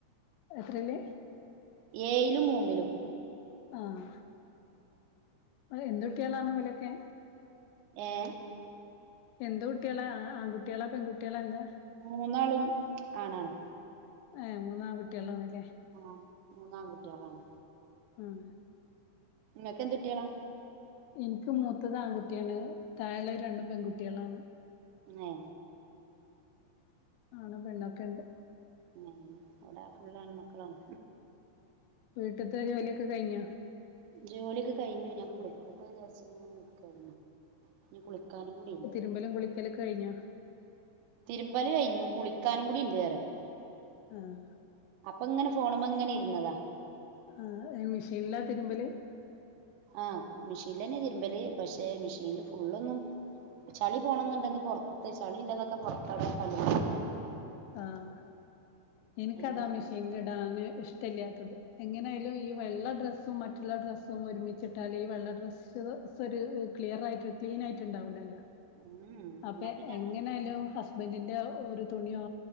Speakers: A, on the left; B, on the right.
A: എത്രയില്
B: ഏയിലും മൂന്നിലും
A: ആഹ് അല്ല എന്ത് കുട്ടിയാളാണ് അവലൊക്കെ
B: ഏഹ്
A: എന്ത് കുട്ടികളാ ആൺകുട്ടികളാ പെൺകുട്ടികളാ എന്താ
B: മൂന്നാളും ആണാണ്
A: ഏഹ് മൂന്നാൺ കുട്ടിയളാന്നല്ലേ
B: ആഹ് മൂന്നാം കുട്ടിയളാണ്
A: ഉം
B: നിങ്ങൊക്കെന്തുട്ടിയളാ
A: എനിക്ക് മൂത്തത് ആൺകുട്ടിയാണ് താഴളെ രണ്ടും പെൺകുട്ടികളാണ്
B: ഏഹ്
A: ആണും പെണ്ണൊക്കെ ഉണ്ട്
B: ഉം എവിടാ ഫുള്ളാൺ മക്കളാണ്
A: വീട്ടത്തെ ജോലിയൊക്കെ കഴിഞ്ഞ
B: ജോലിയൊക്കെ കഴിഞ്ഞു ഞാൻ കുളിക്കട്ടെ വിചാരിച്ച് ഇങ്ങനെ ഇരിക്കായിരുന്നു ഇനി കുളിക്കാനും കൂടിയുണ്ട്
A: രുമ്പലും കുളിക്കലൊക്കെ കഴിഞ്ഞോ
B: തിരുമ്പല് കഴിഞ്ഞു കുളിക്കാനും കൂടി ഉണ്ട് പറയാ
A: ആഹ്
B: അപ്പങ്ങനെ ഫോണ്മ്മങ്ങന ഇരുന്നതാ
A: ആഹ് മെഷീനിലാ തിരുമ്പൽ
B: ആഹ് മെഷീലന്നെ തിരുമ്പല് പക്ഷെ മെഷീനിൽ ഫുള്ളൊന്നും ചളി പോണംന്നുണ്ടെങ്കി പുറത്തെ ചളി ഇല്ലാതൊക്കെ പൊറത്തടെ കല്ല്മലിട്ട് അലക്കും
A: ആഹ് എനിക്കതാ
B: എല്ലതും
A: മെഷീനൽ ഇടാൻ ഇഷ് ല്ലാത്തത് എങ്ങനെയായാലും ഈ വെള്ള ഡ്രസ്സും മറ്റുള്ള ഡ്രസ്സും ഒരുമിച്ചിട്ടാല് ഈ വെള്ള ഡ്രസ് സ്സരു ക്ലിയറായിട്ട് ക്ലീനായിട്ട് ഉണ്ടാവുലല്ലോ
B: ഉം
A: അപ്പൊ
B: ഞാൻ പിന്നെ
A: എങ്ങനെയാലും
B: അങ്ങനത്തെ
A: ഹസ്ബന്റീന്റെ ഒരു തുണിയോ